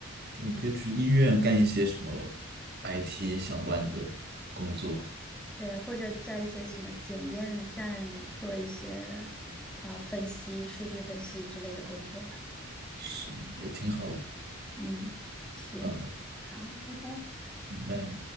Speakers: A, on the right (about 50°); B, in the centre.
A: 你可以去医院干一些什么 IT 相关的工作，
B: 对，或者在一些什么检验站做一些啊、分析、数据分析之类的工作吧。
A: 是也挺好的。
B: 嗯，行，
A: 好的，
B: 好，拜拜。
A: 拜拜。